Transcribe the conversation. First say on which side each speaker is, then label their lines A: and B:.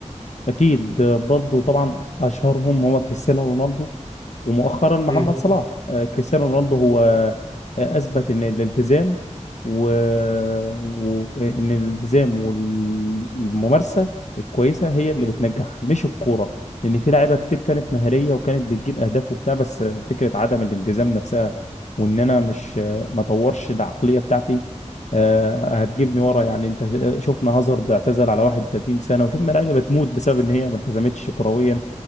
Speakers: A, on the left (about 65°); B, on the left (about 35°).
A: أكيد آه، برضو طبعا أشهرهم هو كريستيانو رونالدو ومؤخرا محمد
B: مم.
A: صلاح آه، كريستيانو رونالدو هو
B: مم.
A: آه، أثبت إن الالتزام و... و... إن الالتزام والممارسة الكويسة هي اللي
B: مم.
A: بتنجح مش الكورة لأن في لعيبة كتير كانت مهارية وكانت بتجيب أهداف وبتاع بس آه، فكرة عدم الالتزام نفسها وإن أنا مش آه، ما طورش العقلية بتاعتي آه، هتجيبني ورا يعني انت شفنا هازارد اعتزل على 31 سنه وشفنا لعيبه بتموت بسبب ان هي ما التزمتش كرويا